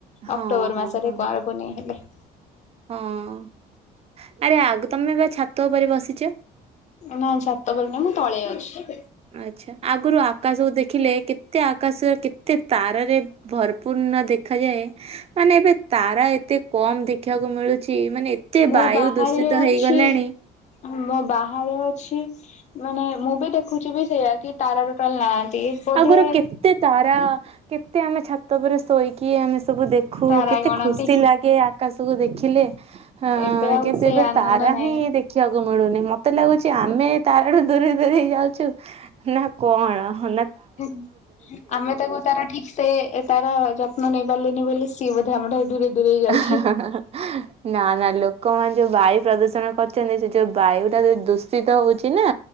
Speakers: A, on the right; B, on the left.
A: ହଁ
B: ଅକ୍ଟୋବର
A: ହଁ
B: ମାସରେ
A: ହଁ
B: କୁଆଁର ପୁନେଇ ହେଲେ।
A: ହଁ ଆରେ ଆଗ ତମେ ବା ଛାତ୍ ତ ଉପରେ ବସିଚ।
B: ନା ଛାତ ଉପରେ ନୁହ ମୁଁ ତଳେଅଛି।
A: ଆଚ୍ଛା। ଆଗରୁ ଆକାଶକୁ ଦେଖିଲେ କେତେ ଆକ୍ ଆକାଶରେ କେତେ ତାରାରେ ଭରପୂର୍ଣ ଦେଖାଯାଏ। ମାନେ ଏବେ ତାରା ଏତେ କମ୍ ଦେଖିବାକୁ ମିଳୁଛି। ତେ ଏ ମାନେ ଏତେ
B: ମୁଁ
A: ବାୟୁ
B: ବାହାରେ
A: ଦୂଷିତ
B: ଅଛି
A: ହେଇଗଲାଣି।
B: ମୁଁ ବାହାରେ ଅଛି। ମାନେ ମୁଁ ବି ଦେଖୁଛି ବି ସେଇଆ କି ତାରା ଟୋଟାଲ୍ ନାହାଁନ୍। <unintelligible> ବୋଧେ
A: ଆଗରୁ କେତେ ତାରା କେତେ ଆମେ ଛାତ ଉପରେ ଶୋଇକି ଆମେ ସବୁ ଦେଖୁ।
B: ତାରା
A: କେତେ
B: ଗଣନ୍ତି
A: ଖୁସି ଲାଗେ ଆକାଶକୁ ଦେଖିଲେ? ହଁ
B: ଏବେ
A: ଅ
B: ଆଉ
A: କିନ୍ତୁ
B: ସେ
A: ଏବେ
B: ଆନନ୍ଦ
A: ତାରା
B: ନାହିଁ
A: ହିଁ ଦେଖିବାକୁ ମିଳୁନି। ମୋତେ ଲାଗୁଛି ଆମେ ତାରାଠୁ ଦୂରେଇ ଦୂରେଇ ଯାଉଛୁ। <unintelligible> ନା କଣ ହଁ?
B: ଉହୁଁ। ଆମେ ତାକୁ ତାର ଠିକ୍ ସେ ତାର ଯ ନ ନେଇ ପାରିଲିନି ବୋଲି ସିଏ ବୋଧେ ଆମ ଠାରୁ ଦୂରେଇ ଦୂରେଇ ଯାଉଛି।
A: ଅହା ହା ହା ହା ନା ନା ଲୋକମାନେ ଯୋଉ ବାଇକ୍ ପ୍ରଦୂଷଣ କରୁଚନ୍ତି। ସେ ଯୋଉ ବାୟୁ ଟା ଯୋଉ ଦୂଷିତ ହଉଚି ନା?